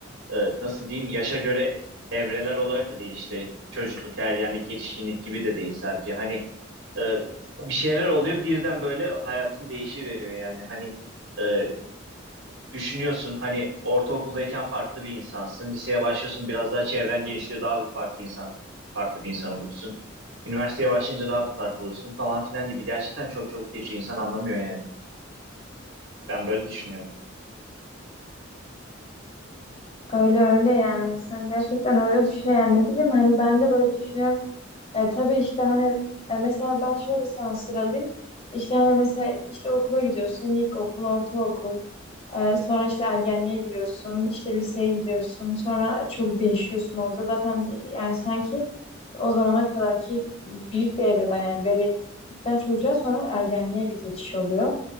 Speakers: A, on the right; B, on the left.
A: e, nasıl diyeyim yaşa göre evreler olarak da değil işte çocukluk, ergenlik, yetişkinlik gibi de değil sadece. Hani e, bir şeyler oluyor birden böyle hayatın değişiveriyor yani hani e, düşünüyorsun hani ortaokuldayken farklı bir insansın. Liseye başlıyorsun biraz daha çevren genişliyor daha bir farklı insan farklı bir insan oluyorsun. Üniversiteye başlayınca daha farklı oluyorsun falan filan gibi. Gerçekten çok çabuk geçiyor insan anlamıyor yani. Ben böyle düşünüyorum.
B: Öyle öyle yani insan gerçekten öyle düşünüyor yani ne bileyim hani ben de böyle düşünüyorum. E, tabii işte hani e, mesela ben şöyle sana sıralayayım. İşte hani mesela işte okula gidiyorsun ilkokul, ortaokul. E, sonra işte ergenliğe giriyorsun, işte liseye gidiyorsun. Sonra çok değişiyorsun orada zaten bir yani sanki o zamana kadar ki büyük bir evreden yani bebeklikten çocuğa sonra ergenliğe bir geçiş oluyor.